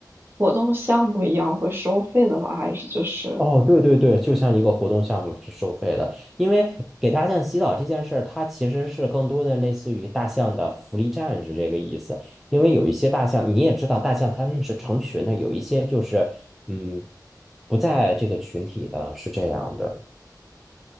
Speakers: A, on the right; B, in the centre.
A: 活动项目一样会收费的吗？还是就是？
B: 哦，对对对，就像一个活动项目是收费的，因为给大象洗澡这件事儿，它其实是更多的类似于大象的福利站是这个意思。因为有一些大象，你也知道，大象它们是成群的，有一些就是嗯不在这个群体的，是这样的。